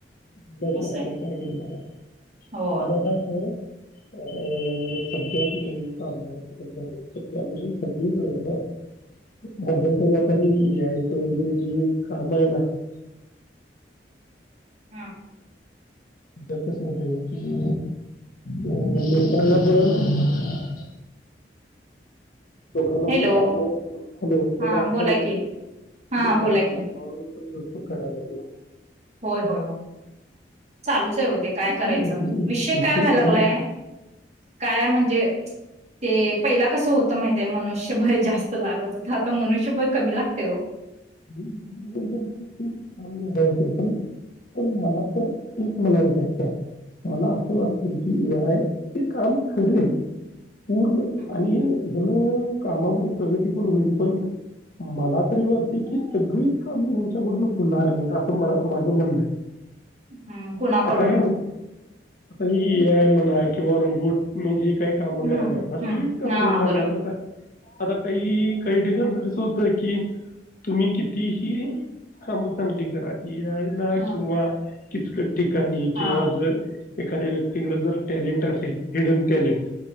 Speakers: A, on the left (about 50°); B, on the right (about 40°).
A: करावेच
B: असं
A: लागते
B: आहे
A: काय करणार
B: होय
A: आणि आता कसं अ सध्या की नाही कामगाराची <unintelligible> सगळीकडे बघा मध्यंतरी आता हे ए आयच वगैरे जे काम आहे ना <inaudible>
B: हा.
A: याच्यात कसं होतंय की अ लोकांना पण ह <inaudible> लोकांना
B: हॅलो
A: पण काम हॅलो बघा
B: हा
A: असा
B: बोला
A: हे बघा
B: की हा
A: लोकांना
B: बोला की
A: कामावरून पण भरपूर कढायला लागले
B: होय हो हो चालूच आहे होते काय करायचं
A: हो, नाही,
B: विषय
A: हे तर
B: काय व्हायला
A: होणार
B: लागलाय
A: आहे
B: काय म्हणजे
A: <inaudible>
B: ते पहिला कसं होतं माहितय आहे मनुष्यबळ जास्त लागत हो आता मनुष्यबळ कमी लागते ओ
A: मम पण पण मला तर एक मला म्हणायचं काय मला असं वाटतय की एआय इथे काम करेल पूर्ण
B: हम्म,
A: आणि हेणं कामामध्ये प्रगती पण होईल पण मला तरी वाट सगळीच काम आच्याकडून होणार नाहीत असं माझं म्हणणंय
B: हम्म, कुणाकडून
A: आता ह रू आता ही म्हणा किंवा रोबोट म्हणजे काही कामं
B: हम्म
A: करायलात ना सगळीच
B: हम्म
A: कामं
B: हा
A: होणार
B: हा बरोबर
A: नाहीत मग आ आता काही काही ठिकाण असं होतं की तुम्ही कितीही काम चांगली करा एआयला
B: हम्म
A: किंवा किचकट ठिकाणी किंवा
B: हा
A: झ एखाद्या व्यक्तीकडे जर टॅलेंट असेल हिडन टॅलेंट